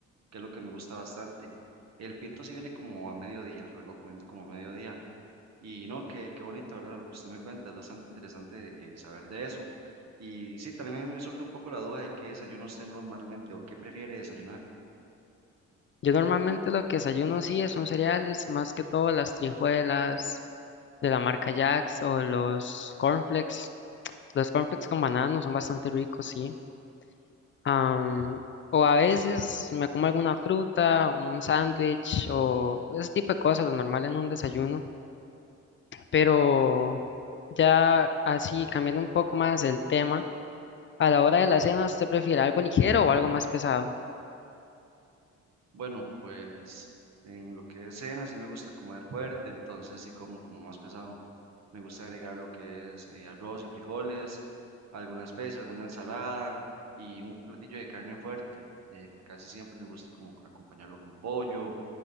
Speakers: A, on the right; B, on the left.
A: que es lo que me gusta bastante. El pinto sí viene como a mediodía, lo vengo comiendo como a mediodía. Y no, qué, qué bonito, ¿verdad? Lo que usted me cuenta, es bastante interesante eh, saber de eso. Y sí, también a mí me surge un poco la duda de qué desayuno usted normalmente o qué prefiere desayunar.
B: Yo normalmente lo que desayuno sí es un cereales, más que todo las trijuelas de la marca Jax o los cornflakes. Los cornflakes con banano son bastante ricos, sí. Am, o a veces me como alguna fruta, un sándwich o ese tipo de cosas, lo normal en un desayuno. Pero ya así, cambiando un poco más el tema, a la hora de la cena, ¿usted prefiere algo ligero o algo más pesado?
A: Bueno, pues en lo que es cena sí me gusta comer fuerte, entonces sí como como más pesado. Me gusta agregar lo que es eh, arroz y frijoles, alguna especie, alguna ensalada y un platillo de carne fuerte. Eh, casi siempre me gusta como acompañarlo con pollo,